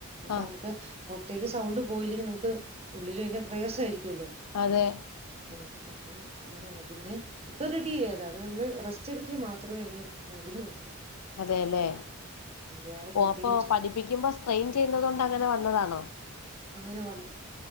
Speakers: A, on the right; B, on the left.
A: അപ്പൊ
B: ആഹ്
A: നമുക്ക് പൊറത്തേക്ക് സൗണ്ട് പോയില്ലെങ്കിൽ നമുക്ക് ഉള്ളിൽ ഭയങ്കര പ്രയാസ ആയിരിക്കുമല്ലോ
B: അതെ
A: ഉം അപ്പം അങ്ങനെന്നാണ് പിന്നെ ഇപ്പ റെഡിആയി അത് നമ്മൾ റെസ്റ്റ് എടുക്കൽ മാത്രമേ അതിന് മരുന്നുള്ളൂ
B: അതെല്ലേ
A: വേറെ പ്രത്യേകിച്ചൊന്നുല്ല്യ
B: ഓ അപ്പൊ പഠിപ്പിക്കുമ്പോ സ്ട്രെയിൻ ചെയ്യുന്നതോണ്ട് അങ്ങനെ വന്നതാണോ
A: അങ്ങനെ വന്നു